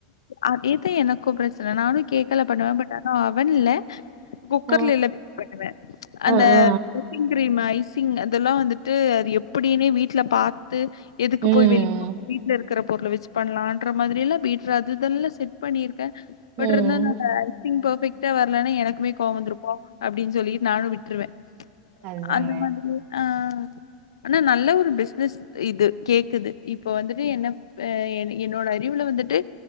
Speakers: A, on the left; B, on the right.
A: அதேதா எனக்கு பிரச்சன நானு கேக்கல பண்ணுவே பட் ஆன வண்ணல குக்கர்ல
B: ஆ
A: எல்லா பேக் பண்ணுவே அந்த
B: ஆ ஆ ஆ
A: விப்பிங் கிரீம் ஐஸ் திங் அதெல்லா வந்துட்டு அது எப்படின்னே வீட்டுல பா த்து எதுக்கு
B: ம்
A: போய் வெளிய <inaudible> வீட்டுல இருக்கிற பொருள வச்சு பண்ற மாதிரிலா வீட்டுல அது இதுன்ல செட் பண்ணி ட்டு
B: ம்
A: பட் இருந்தனால ஐ திங் பர்பெக்ட் டாவ இல்லைனா எனக்குமே கோவ வந்திருப்போ அப்படின் சொல்லி நானு விட்டுருவே
B: அதுதாங்க
A: அந்த மாதிரி அஹ் ஆனா நல்ல ஒரு பிசினஸ் இது கேக்குது இப்ப வந்துட்டு என்ன ஆ என் என்னோட அறிவுல வந்துட்டு